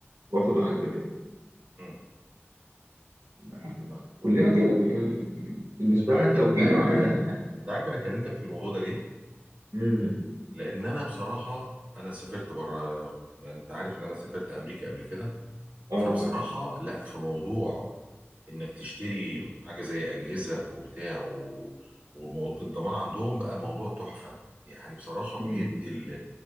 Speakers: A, on the right; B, on the right.
A: واخد واحد بداله
B: مم.
A: احنا كلنا كده يعني بالنسبه
B: انت عارف
A: لنا التوكيل
B: انت عارف
A: <laughs>
B: انا انت عارف انا كلمتك في الموضوع ده ليه؟
A: امم
B: لان انا بصراحه انا سافرت بره يعني انت عارف ان انا سافرت امريكا قبل كده
A: اه
B: فبصراحه
A: عارف
B: لا في موضوع انك تشتري حاجه زي اجهزه وبتاع و... والضمان عندهم بقى موضوع تحفه يعني بصراحه بيدي
A: امم
B: ال...